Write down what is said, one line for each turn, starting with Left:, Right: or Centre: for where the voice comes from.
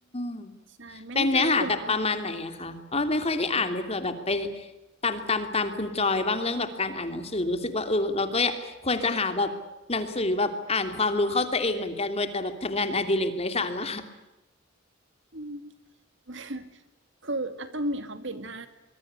Left: ม
Right: ใช่ไม่แน่ใจว่าคุณอ้อค่ะ
Left: เป็นเนื้อหาแบบประมาณไหนอะคะอ้อไม่ค่อยได้อ่านเลยเผื่อแบบไป
Right: อ๋อ
Left: ตามตามตามคุณจอยบ้างเรื่องแบบการอ่านหนังสือรู้สึกว่าเออเราก็อยากควรจะหาแบบหนังสือแบบอ่านความรู้เข้าตัวเองเหมือนกันเมื่อแต่แบบทำงานอดิเรกไร้สาระ
Right: อืม <laughs> คืออ t ตอมิ h ฮอบบินะ